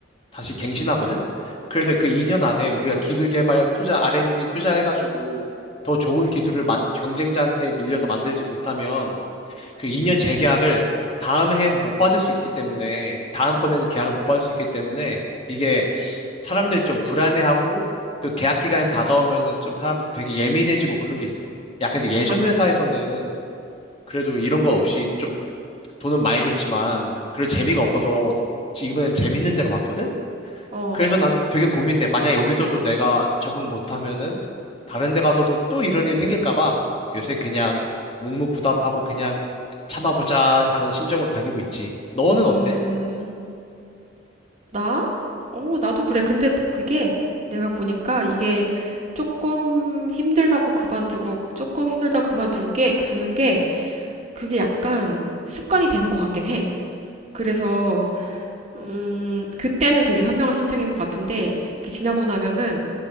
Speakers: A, on the left; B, on the right.
A: 다시 갱신하거든? 그래서 그 2년 안에 우리가 기술 개발 투자, R&D 투자해가지고 더 좋은 기술을 만- 경쟁자한테 밀려서 만들지 못하면 그 2년 재계약을 다음 해에는 못 받을 수 있기 때문에 다음번에는 계약을 못 받을 수 있기 때문에 이게 사람들이 좀 불안해하고 그 계약 기간이 다가오면은 좀 사람들 되게 예민해지고 그런 게 있어. 야, 근데 예전
B: 아,
A: 회사에서는 그래도 이런 거 없이 좀 돈은 많이 줬지만 그래도 재미가 없어서 이번엔 재밌는 데로 왔거든?
B: 어,
A: 그래서 난 되게 고민돼. 만약 여기서도 내가 적응 못하면은 다른 데 가서도 또 이런 일이 생길까 봐 요새 그냥 묵묵부답하고 그냥 참아보자 하는 심정으로 다니고 있지. 너는 어때?
B: 음, 나? 어, 나도 그래. 근데 그게 내가 보니까 이게 조금 힘들다고 그만두고, 조금 힘들다고 그만두게, 두는 게, 그게 약간 습관이 되는 것 같긴 해. 그래서 음, 그때는 그게 현명한 선택인 것 같은데, 이게 지나고 나면은,